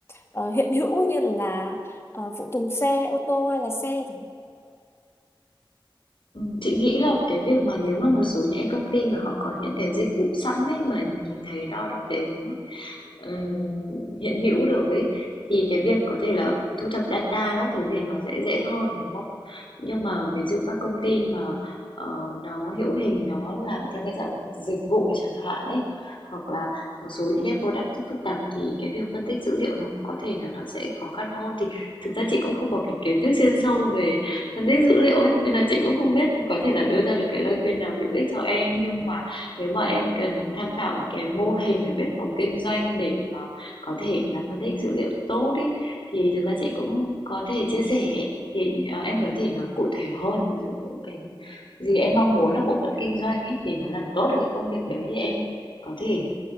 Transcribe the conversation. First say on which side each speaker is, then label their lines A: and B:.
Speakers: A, on the left (about 30°); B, on the left (about 65°).
A: ờ, hiện hữu như là ờ, phụ tùng xe ô tô hay là xe
B: Ừ, Chị nghĩ là cái việc mà nếu mà một số những cái công ty mà họ có những cái dịch vụ sẵn ấy mà nhìn thấy đo đong đếm ừm, hiện hữu được ấy thì cái việc có thể là thu thập data các thứ thì nó sẽ dễ hơn đúng không? Nhưng mà ví dụ các công ty mà ờ, nó hữu hình nó làm theo cái dạng dịch vụ chẳng hạn ấy hoặc là một số những cái product phức tạp thì cái việc phân tích dữ liệu nó có thể là nó sẽ khó khăn hơn thì thực ra chị cũng không có cái kiến thức chuyên sâu về phân tích dữ liệu ấy nên là chị cũng không biết có thể là đưa ra được cái lời khuyên nào hữu ích cho em nhưng mà nếu mà em cần tham khảo những cái mô hình ở bên phòng kinh doanh để mà có thể làm phân tích dữ liệu tốt ý, thì thực ra chị cũng có thể chia sẻ thì à, em có thể nói cụ thể hơn ví dụ những cái gì em mong muốn ở bộ phận kinh doanh ấy để mà làm tốt được cái công việc đấy thì em có thể